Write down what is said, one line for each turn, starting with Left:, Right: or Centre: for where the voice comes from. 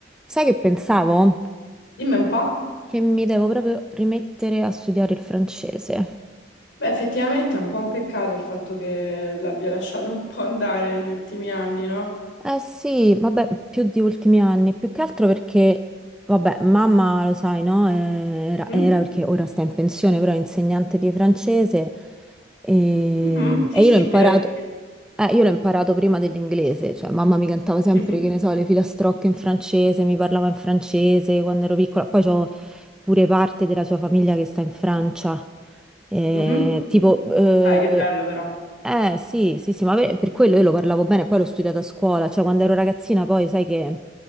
Centre: Sai che pensavo?
Left: Dimmi un po'.
Centre: Che mi devo proprio rimettere a studiare il francese.
Left: Beh, effettivamente è un po' un peccato il fatto che l'abbia lasciato un po' andare negli ultimi anni, no?
Centre: Eh sì, vabbè, più di ultimi anni, più che altro perché, vabbè, mamma lo sai, no? Era,
Left: Mhm.
Centre: era perché ora sta in pensione, però è insegnante di francese e,
Left: Mhm.
Centre: e
Left: Sì, sì,
Centre: io l'ho imparato,
Left: meraviglioso.
Centre: eh, io l'ho imparato prima dell'inglese, cioè mamma mi cantava sempre,
Left: <laughs>
Centre: che ne so, le filastrocche in francese, mi parlava in francese quando ero piccola, poi ho pure parte della sua famiglia che sta in Francia. Eh,
Left: Mhm.
Centre: tipo, eh,
Left: Dai, che bello però.
Centre: eh, sì, sì, sì, ma per, per quello io lo parlavo bene, poi l'ho studiato a scuola, cioè quando ero ragazzina poi sai che